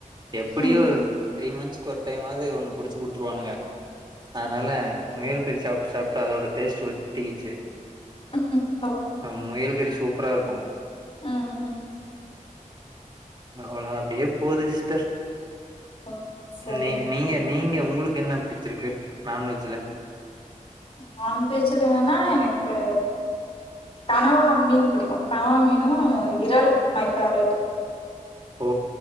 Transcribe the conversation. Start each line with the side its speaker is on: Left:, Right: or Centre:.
Right: எப்புடியோ
Left: ம்
Right: த்ரீ மந்த்ஸ்க்கோ ஒரு டைமாவது ஒண்ணு புடிச்சு குடுத்துருவானுங்க அதனால
Left: ஓ அப்படியா?
Right: முயல்கறி சாப்ட்டு சாப்ட்டு அதோட டேஸ்ட்டு ஒட்டிக்கிச்சு
Left: ஹம்
Right: ஆ முயல்கறி சூப்பரா இருக்கு
Left: ம் ம்
Right: அவளா அப்டியே போது சிஸ்டர்
Left: ஓ சரிங்க
Right: நீ நீங்க
Left: சரிங்க
Right: நீங்க உங்களுக்கு என்ன புடிச்சிருக்கு நான்வெஜ்ஜில
Left: நான் வெஜ்ல வேன்னா எனக்கு கனவா மீன் பிடிக்கோ கனவா மீனு இறால் மை ஃபேவரேட்
Right: ஓ